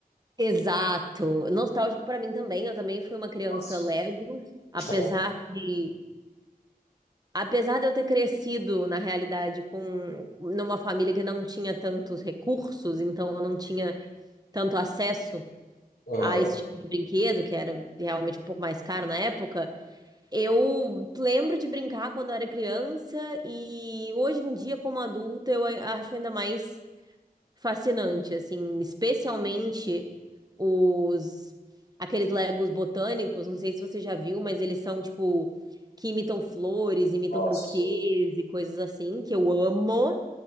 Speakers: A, on the right (about 25°); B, on the left (about 85°).
A: Exato. Nostálgico pra mim também. Eu também fui uma criança
B: Nossa,
A: Lego,
B: gostava.
A: apesar de apesar de eu ter crescido na realidade com numa família que não tinha tantos recursos, então eu não tinha tanto acesso
B: Aham,
A: a esse tipo de brinquedo, que era realmente um pouco mais caro na época. Eu lembro de brincar quando eu era criança e hoje em dia como adulta eu a- acho ainda mais fascinante, assim, especialmente os aqueles Legos botânicos, não sei se você já viu, mas eles são tipo que imitam flores, imitam
B: nossa.
A: buquês e coisas assim, que eu amo,